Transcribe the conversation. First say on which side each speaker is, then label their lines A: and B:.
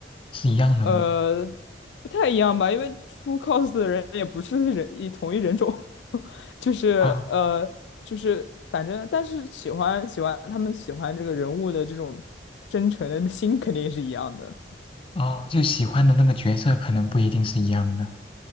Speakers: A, on the left; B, on the left.
A: 是一样的吗？
B: 呃，不太一样吧，因为出 cos 的人也不是人一同一人种，<laughs> 就是呃就是反正，
A: 啊
B: 但是喜欢喜欢他们喜欢这个人物的这种真诚的心肯定是一样的。
A: 哦，就喜欢的那个角色可能不一定是一样的，